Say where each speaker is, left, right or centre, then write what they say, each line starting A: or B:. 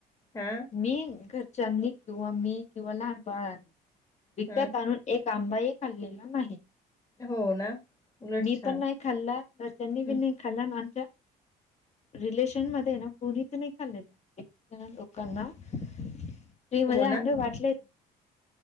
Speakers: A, on the left (about 20°); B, on the left (about 40°).
A: हा
B: मी घरच्यांनी किंवा मी किंवा लहान बाळ विकत
A: ह
B: आणून एक आंबाही खाल्लेला नाही.
A: हो ना उलट
B: मी
A: छान
B: पण नाही खाल्ला घरच्यानी
A: हं,
B: बी नाही खाल्ला आणि आमच्या रिलेशन मध्ये ना कोणीच नाही खाल्लेलं. लोकांना फ्री मध्ये
A: हो
B: आंबे
A: ना
B: वाटलेत.